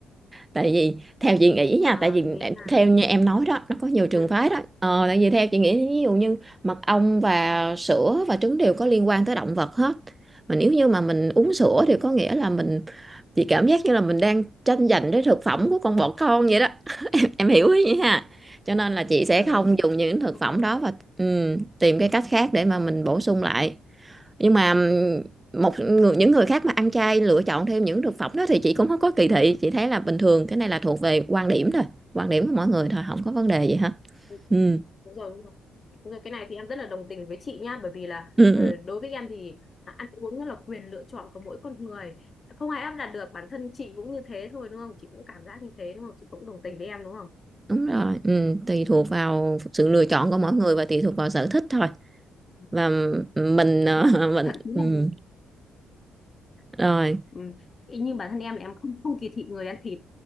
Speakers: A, on the right; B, on the left.
A: tại vì theo chị nghĩ nha
B: À,
A: tại vì
B: nghĩa
A: em-
B: là
A: theo như em
B: ừ,
A: nói đó nó có nhiều trường
B: ừ,
A: phái đó ờ, tại vì theo chị nghĩ ví dụ như mật ong và sữa và trứng đều có liên quan tới động vật hết mà nếu như mà mình uống sữa thì có nghĩa là mình chị cảm giác như là mình đang tranh giành cái thực phẩm của con bọ con vậy đó <clears throat> <coughs> em hiểu ý vậy ha cho nên là chị sẽ
B: ừ.
A: không dùng những
B: Dạ,
A: thực phẩm
B: vâng
A: đó
B: vâng.
A: và ừ, tìm cái cách khác để mà mình bổ sung lại nhưng mà, một người những người khác mà ăn chay lựa chọn thêm những thực phẩm đó thì chị cũng không có kỳ thị, chị thấy là bình thường, cái này là thuộc về quan điểm thôi, quan điểm của mỗi người thôi, không có vấn đề gì
B: Ừ.
A: hết.
B: Ừ,
A: Ừm,
B: Đúng rồi, đúng rồi. Đúng rồi, cái này thì em rất là đồng tình với chị nha, bởi vì là
A: ừm,
B: ờ, đối với em thì à, ăn uống nó là quyền lựa chọn của mỗi con người. Không ai áp đặt được, bản thân chị cũng như thế thôi đúng không? Chị cũng cảm giác như thế đúng không? Chị cũng đồng tình với em đúng không?
A: đúng rồi, ừm, tùy thuộc vào sự lựa chọn
B: Ừ,
A: của
B: đấy
A: mỗi người và tùy thuộc vào sở thích thôi.
B: Ừ,
A: Và mình,
B: Đúng
A: ờ,
B: rồi.
A: <laughs> mình
B: thậm chí là
A: ừm, rồi,
B: Ừ. Ý như bản thân em là em không không kỳ thị người ăn thịt